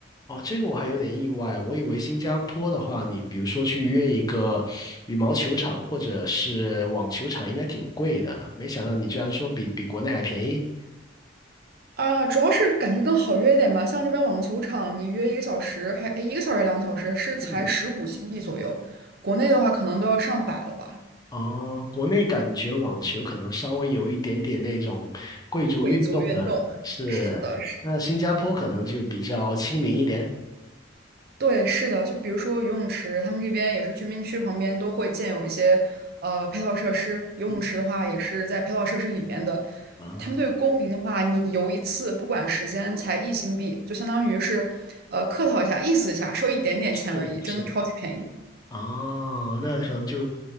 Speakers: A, on the left; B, on the right.
A: 哦，这个我还有点意外，我以为新加坡的话，你比如说去约一个羽毛球场或者是网球场，应该挺贵的，没想到你居然说比比国内还便宜。
B: 啊，主要是感觉更好约一点吧。像这边网球场，你约一个小时，还，诶，一个小时两个小时是才十五新币左右。
A: 嗯，
B: 国内的话，可能都要上百了吧。
A: 哦，国内感觉网球可能稍微有一点点那种贵族运动的，
B: 贵族运动，
A: 是，
B: 是的，是，
A: 那新加坡可能就比较亲民一点。
B: 对，是的。就比如说游泳池，他们这边也是居民区旁边都会建有一些呃配套设施。游泳池的话，
A: 嗯，
B: 也是在配套设施里面的。
A: 啊，
B: 他们对公民的话，你游一次，不管时间，才一新币，就相当于是呃客套一下，意思一下，收一点点钱而已，
A: 是是，
B: 真的超级便宜。
A: 哦，那可能就